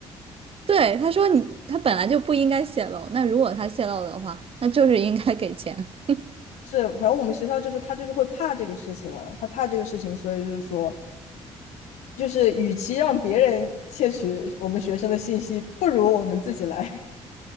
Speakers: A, on the right; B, on the left.
A: 对，他说你他本来就不应该泄露，那如果他泄露的话，那就是应该给钱。<laughs>
B: 是，反正我们学校就是他就是会怕这个事情嘛，他怕这个事情，所以就是说，就是与其让别人窃取我们学生的信息，不如我们自己来。